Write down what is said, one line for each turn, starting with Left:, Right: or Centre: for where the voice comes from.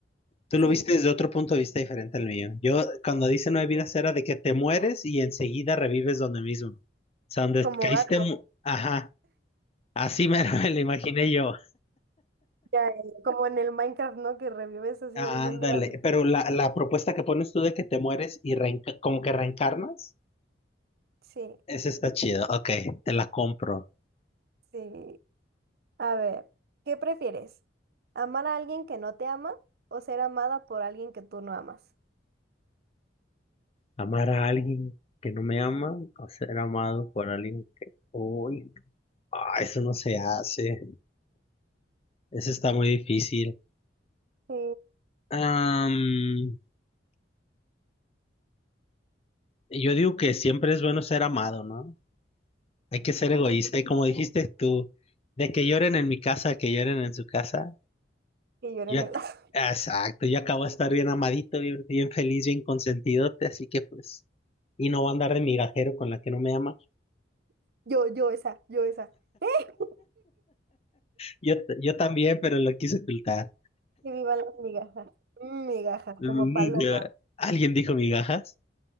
Left: Tú
Right: Sí,
Left: lo viste desde otro punto de vista diferente al mío. Yo, cuando dice no hay vidas, era de que te mueres y enseguida revives donde mismo. O sea, donde
Right: como
Left: caíste.
Right: gato,
Left: mu- Ajá. Así me <laughs> me lo imaginé yo.
Right: ya, eh, como en el Minecraft, ¿no? Que revives así
Left: Ándale.
Right: el bien de la...
Left: Pero la, la propuesta que pones tú de que te mueres y reenca- como que reencarnas.
Right: Sí,
Left: Esa está chida. Ok, te la compro.
Right: sí. A ver, ¿qué prefieres? ¿Amar a alguien que no te ama o ser amada por alguien que tú no amas?
Left: Amar a alguien que no me ama o ser amado por alguien que... Uy, ah, eso no se hace. Eso está muy difícil.
Right: Sí,
Left: Am, yo digo que siempre es bueno ser amado, ¿no? Hay que ser egoísta.
Right: sí,
Left: Y como dijiste tú, de que lloren en mi casa, que lloren en su casa.
Right: que lloren
Left: Yo, ac-
Right: el... <laughs>
Left: exacto, yo acabo de estar bien amadito, bien, bien feliz, bien consentidote, así que pues... Y no voy a andar de migajero con la que no me ama.
Right: Yo, yo esa, yo esa. <laughs>
Left: Yo, t- yo también, pero lo quise ocultar.
Right: Que vivan las migajas. Mm, Migajas,
Left: Mm,
Right: como paloma.
Left: ya. ¿Alguien dijo migajas?